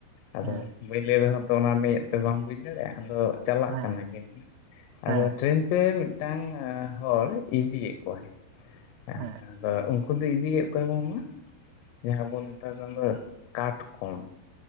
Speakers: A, on the left; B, on the right.
A: ᱟᱫᱚ
B: ᱦᱮᱸ
A: ᱵᱟᱹᱧ ᱞᱟᱹᱭ ᱨᱮᱦᱚᱸ ᱛᱚ ᱚᱱᱟ ᱢᱤᱫ ᱛᱮ ᱵᱟᱢ ᱵᱩᱡᱽ ᱫᱟᱲᱮᱭᱟᱜᱼᱟ ᱟᱫᱚ ᱪᱟᱞᱟᱜ
B: ᱦᱮᱸ
A: ᱠᱟᱱᱟ ᱠᱤᱱ
B: ᱦᱮᱸ
A: ᱟᱫᱚ ᱴᱨᱮᱱ ᱛᱮ ᱢᱤᱫᱴᱟᱝ ᱦᱚᱲ ᱤᱫᱤᱭᱮᱫ ᱠᱚᱣᱟᱭ <unintelligible>
B: ᱦᱮᱸ
A: ᱟᱫᱚ ᱩᱱᱠᱩ ᱫᱚ ᱤᱫᱤᱭᱮᱫ ᱠᱚᱣᱟ ᱡᱟᱦᱟᱸ ᱵᱚᱱ ᱢᱮᱛᱟᱜ ᱠᱟᱱ ᱫᱚ ᱠᱟᱴᱠᱚᱢ